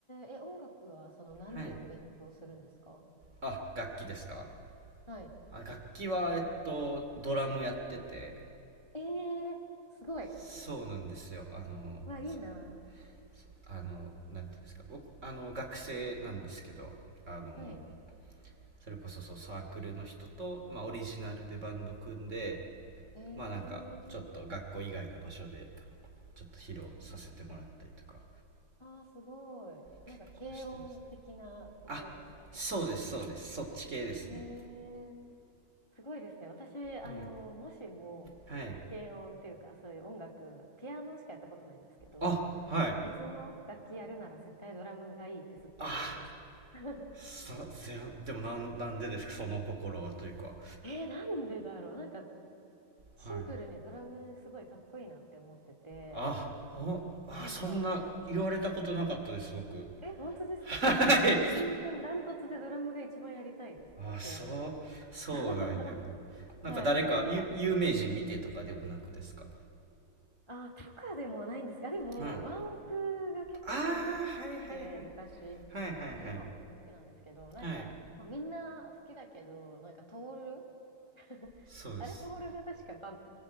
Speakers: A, on the left; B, on the right.
A: ええ、音楽はその何を演奏するんですか
B: はいあ楽器ですか
A: はい。
B: あ楽器はえっとドラムやってて
A: ええすごい。
B: そうなんですよあのそ
A: うわ、いいな。
B: そあのなんていうんですか僕あの学生なんですけどあの
A: はい。
B: それこそそうサークルの人と、まあ、オリジナルでバンド組んで
A: うんうん。ええ
B: まあなんかちょっと学校以外の場所でちょっと披露させてもらったりとか
A: ああー、すごい。
B: 結構してます
A: なんか軽音的なことですかね。
B: あ、そうです、そうです。そっち系ですね。
A: ええすごいですね。私、あの、
B: はい。
A: もしも、
B: はい。
A: 軽音っていうか、そういう音楽、ピアノしかやったことないんですけど、
B: あ、はい。
A: 別の楽器やるなら絶対ドラムがいいってずっと言ってるんです。
B: あ、
A: <laughs>
B: さ、せんでもなん、なんでですか、その心はというか。
A: えー、なんでだろうなんか、シンプルにドラムすごいかっこいいなって思ってて、
B: はい。あ、ほ、あ、
A: なんか、
B: そんな言われたことなかったです、僕。
A: え、本当ですか
B: はい。
A: 全然ダントツでドラムが一番やりたいです。
B: あ、
A: もしやるなら。
B: そう、そうなんや。
A: <laughs>
B: なんか誰か、
A: はい。なんか、
B: ゆ、有名人見てとかでもなくですか
A: あ、とかでもないんですが、でも、
B: はい。
A: ワンオクが結構一時期好きで、
B: ああ、はいはいはい。
A: 昔。
B: はいはいはい。
A: まあ今も全然好きなんですけど、なんか、
B: はい。
A: まあみんな好きだけど、なんか、トール <laughs>
B: そうです。
A: あれ、トモルが確かバン、